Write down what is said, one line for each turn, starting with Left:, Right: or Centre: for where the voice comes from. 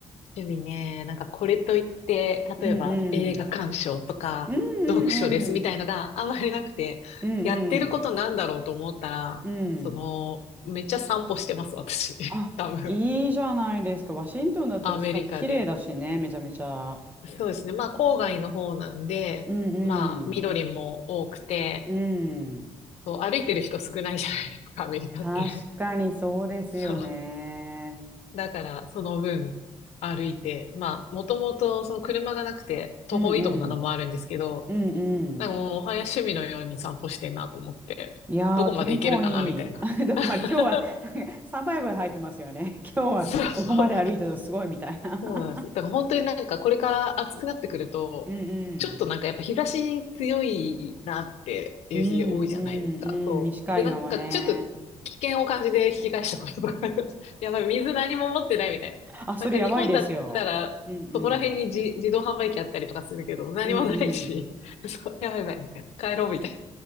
Left: 趣味ね。なんかこれといって、
Right: うんうん。
Left: 例えば映画鑑賞とか読書ですみたいのがあまりなくて、
Right: うんうんうん。うんうん。
Left: やってることなんだろうと思ったら、
Right: うん。
Left: その、めっちゃ散歩してます、私。<laughs>
Right: あ、
Left: 多分。
Right: いいじゃないですか。ワシントンだったらしかも綺麗だしね、
Left: アメリカで。
Right: めちゃめちゃ。
Left: そうですね。まあ郊外の方なんで、
Right: うん
Left: まあ緑も多くて、
Right: うん。うん。
Left: そう、歩いてる人少ないじゃないですか、アメリカって。
Right: 確かにそうですよね。
Left: <laughs> そう。だからその分、歩いて、まあ、もともとその車がなくて徒歩移動なのもあるんですけど、
Right: うんうん。うん
Left: なんかもう、
Right: うん。
Left: おはや趣味のように散歩してんなと思って、
Right: いやー、
Left: どこまで行けるかな、
Right: 健康にいい。
Left: みたいな。
Right: <laughs> どこまで、
Left: <laughs>
Right: 今日はなんかサバイバル入ってますよね。<laughs> 今日はここまで歩いたとすごいみたいな。
Left: そう、そうなんですよ。
Right: <laughs>
Left: だから本当になんかこれから暑くなってくると、
Right: うんうん。
Left: ちょっとなんかやっぱ日差し強いなっていう日多いじゃないですか。
Right: うんうんうん、
Left: そう。
Right: 西海岸はね。
Left: で、なんかちょっと危険を感じて引き返したこととかあります。<laughs> やばい、水何も持ってないみたいな。
Right: あ、それやばいですよ。
Left: なんか日本だったら、
Right: うんうん。
Left: そこら辺に自、自動販売機あったりとかするけど、何もないし、
Right: うんうん。
Left: <laughs> そう、やばいやばい、みたいな。帰ろうみたい